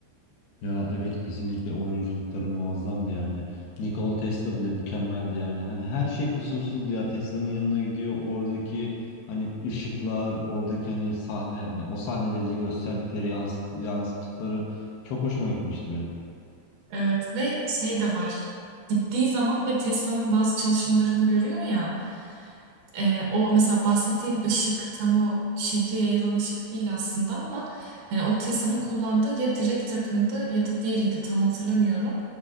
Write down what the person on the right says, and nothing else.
Evet ve şey de var. Gittiği zaman ve Tesla'nın bazı çalışmalarını görüyor ya. Ee, o mesela bahsettiğin ışık tam o şehre yayılan ışık değil aslında ama hani o Tessa'nın kullandığı ya direkt takımdı ya da diğeriydi tam hatırlamıyorum.